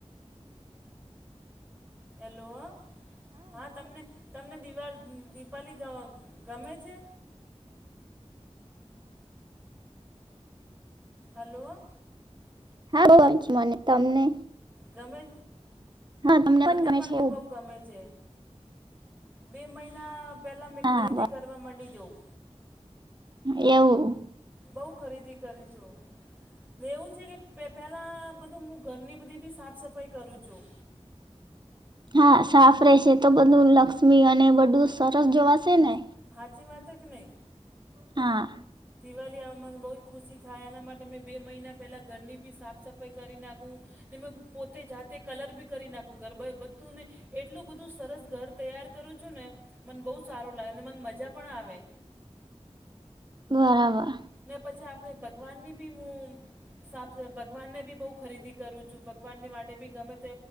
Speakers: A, on the right (about 15°); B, on the right (about 40°).
A: હેલો, હા તમને તમને દિવાળી ગમે છે? હલો.
B: હા, બો ગમેં મને તમને?
A: ગમે,
B: હા તમને
A: મને
B: ગમે
A: પણ
B: છે એવું
A: બહુ ગમે છે. બે મહિના પેલા મેં
B: હા
A: ખરીદી
B: બ
A: કરવા માંટે જાઉં.
B: એવું.
A: બહુ ખરીદી કરી છું. એવું છે કે પહેલાં બધું હું ઘરની બધી બી સાફ સફાઈ કરું છું.
B: હા, સાફ રહેશે તો બધું લક્ષ્મી અને બધું સરસ જોવાશે ને.
A: સાચી વાત કે નહી?
B: હા.
A: દિવાળી આ મને બહુ જ ખુશી થાય એના માટે મેં બે મહિના પહેલાં ઘરની બી સાફ સફાઈ કરી નાખું. ને મે પોતે જાતે કલર બી કરી નાખું ગરબા એ બધું ને એટલું બધું સરસ ઘર તૈયાર કરું છું ને મને બહુ સારું લાગે ને મને મજા પણ આવે.
B: બરાબર.
A: ને પછી આપણે ભગવાન ની બી હું સાફ ભગવાનને બી બહુ ખરીદી કરું છું ભગવાનને માટે બી ગમે તે